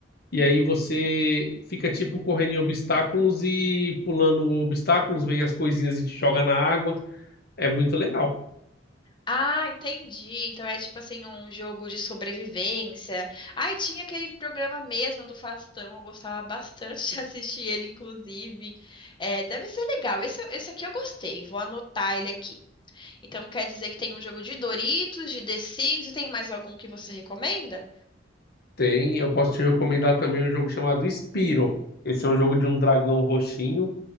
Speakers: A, on the left (about 60°); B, on the left (about 25°).
A: E aí você fica tipo correndo em obstáculos e pulando obstáculos, vem as coisinhas e te joga na água. É muito legal.
B: Ah, entendi. Então é tipo assim, um jogo de sobrevivência. Ai, tinha aquele programa mesmo do Faustão, eu gostava bastante <laughs> de assistir ele, inclusive. É, deve ser legal. Esse, esse aqui eu gostei, vou anotar ele aqui. Então quer dizer que tem um jogo de Doritos, de The Sims, e tem mais algum que você recomenda?
A: Tem, eu posso te recomendar também um jogo chamado Spyro. Esse é um jogo de um dragão roxinho